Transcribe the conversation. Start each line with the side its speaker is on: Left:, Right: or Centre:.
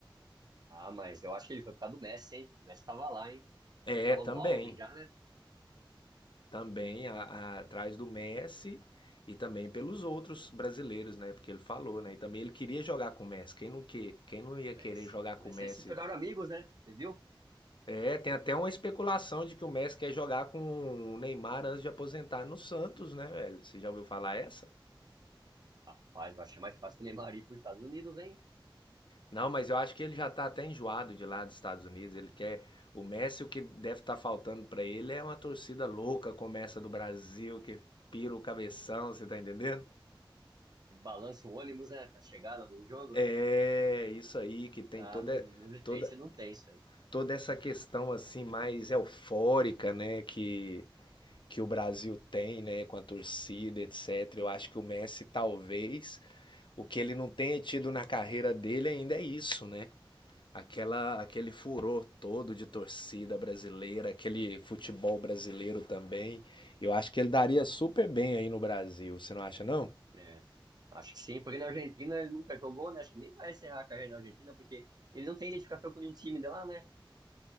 Right: Ah, mas eu acho que ele foi por causa do Messi, hein? O Messi tava lá, hein?
Left: É,
Right: Tava
Left: também.
Right: no auge já, né?
Left: Também a- a- atrás do Messi e também pelos outros brasileiros, né? Porque ele falou, né? E também ele queria jogar com o Messi. Quem não, que, quem não ia
Right: O Messi.
Left: querer jogar com
Right: O Messi
Left: o Messi
Right: eles se tornaram amigos, né? Você viu?
Left: É, tem até uma especulação de que o Messi quer jogar com o Neymar antes de aposentar no Santos, né, velho? Você já ouviu falar essa?
Right: Rapaz, eu achei mais fácil o Neymar ir pros Estados Unidos, hein?
Left: Não, mas eu acho que ele já tá até enjoado de lá dos Estados Unidos. Ele quer. O Messi, o que deve estar faltando pra ele é uma torcida louca, como essa do Brasil, que pira o cabeção, você tá entendendo?
Right: Que balança o ônibus, né? A chegada do jogo.
Left: É, isso aí, que tem
Right: Ah,
Left: toda,
Right: nos, nos States
Left: toda,
Right: não tem isso aí.
Left: toda essa questão assim mais eufórica, né? Que que o Brasil tem, né, com a torcida, etc. Eu acho que o Messi talvez o que ele não tenha tido na carreira dele ainda é isso, né? Aquela, aquele furor todo de torcida brasileira, aquele futebol brasileiro também. Eu acho que ele daria super bem aí no Brasil, você não acha, não?
Right: É, acho que sim, porque na Argentina ele nunca jogou, né? Acho que nem vai encerrar a carreira na Argentina, porque ele não tem identificação com nenhum time de lá, né?